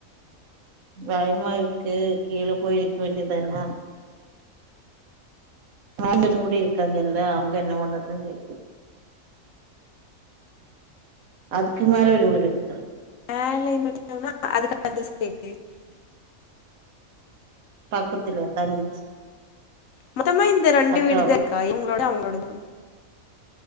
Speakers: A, on the right (about 80°); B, on the left (about 75°).
A: பயமா இருக்கு கீழ போயிருக்க வேண்டியதான நா கூடி இருக்காங்கல்ல அவங்க என்ன பண்ணதுனு கேக்கு அதுக்கு மேல ஒரு வீடு இருக்கது
B: <unintelligible>
A: பக்கத்துல தங்கச்சி
B: மொத்தமா இந்த ரெண்டு
A: அக்காவா
B: வீடுதா இருக்கா இவங்களோடது அவங்களோடது